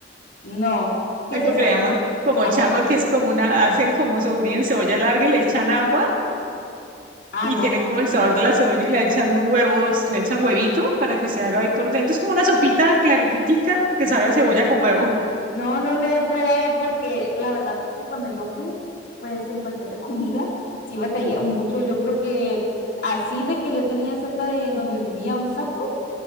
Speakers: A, on the left; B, on the right.
A: No. ¿Qué
B: Algo
A: es eso?
B: que le llaman como
A: A
B: changua,
A: ver.
B: que es como una, hacen como sofrí en cebolla larga y le echan agua
A: Ah,
B: Y
A: no.
B: tiene como el sabor de la cebolla y le echan huevos, le echan huevito para que se haga ahí por dentro. Es como una sopita claritita que sabe a cebolla con huevo. <laughs>
A: No, no lo he probado porque la verdad es que cuando yo fui, pues en cuestión de comida, sí batallé mucho. Yo creo que así de que yo tenía cerca de donde vivía un Subway